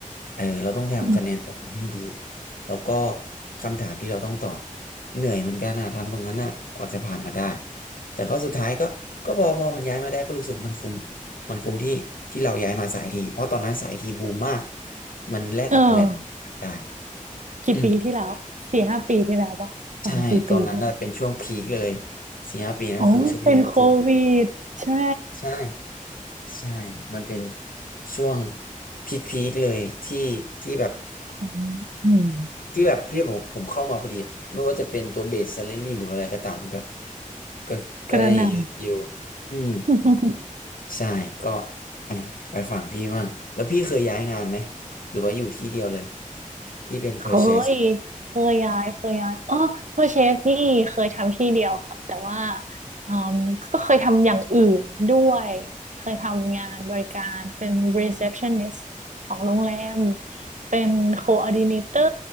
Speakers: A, on the left; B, on the right.
A: เออเราต้องทำคะแนนตรงนั้นให้ดี
B: ม
A: แล้วก็คำถามที่เราต้องตอบเหนื่อยเหมือนกันอะทำตรงนั้นอะกว่าจะผ่านมาได้แต่ก็สุดท้ายก็ก็พอพอมันย้ายมาได้ก็รู้สึกมันคุ้มมันคุ้มที่ที่เราย้ายมาสายทีเพราะตอนนั้นสายทีบูมมาก มันแลกกับอะไรหลายๆอย่างได้
B: เออกี่ปีที่แล้วสี่ห้าปีที่แล้วป่ะสามสี่ปีที่แล้ว
A: อืมใช่ตอนนั้นน่ะเป็นช่วงพีคเลยสี่ห้าปีนั่นคือช่วงที่ก่อน
B: อ๋อมันเป็นโควิดใช่
A: ใช่ใช่มันเป็นช่วงพีคพีคเลยที่ที่แบบ
B: อ๋ออืม
A: ที่แบบพี่ผมผมเข้ามาพอดีไม่ว่าจะเป็นตัวเบส s ซ l ล r y หรืออะไรก็ตามมันก็ก็ก็ได้เยอะอยู่
B: กระหน่
A: อืม
B: ำ
A: ใช่ก็อ่ะไปฝั่งพี่บ้างแล้วพี่เคยย้ายงานไหมหรือว่าอยู่ที่เดียวเลยที่เป็น
B: เคย
A: p r o c e s s
B: เคยย้าย เคยย้ายเออเพอร์เชสนี่เคยทำที่เดียวค่ะแต่ว่าอืมก็เคยทำอย่างอื่นด้วย เคยทำงานบริการเป็น receptionist ของโรงแรม เป็น coordinator